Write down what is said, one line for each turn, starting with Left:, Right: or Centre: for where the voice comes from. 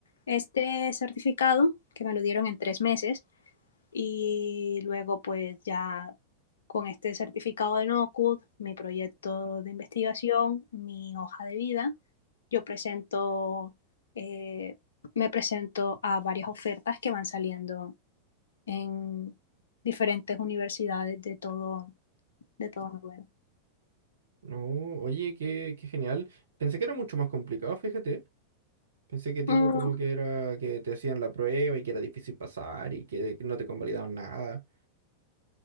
Left: este certificado, que me lo dieron en tres meses, Y luego pues ya con este certificado de NOCUD, mi proyecto de investigación, mi hoja de vida, yo presento, eh, me presento a varias ofertas que van saliendo en diferentes universidades de todo, de todo Noruega.
Right: No, oye, qué, qué genial. Pensé que era mucho más complicado, fíjate. Pensé que tipo
Left: Mm,
Right: como que era que te hacían la prueba y que era difícil pasar y que no te convalidaban nada.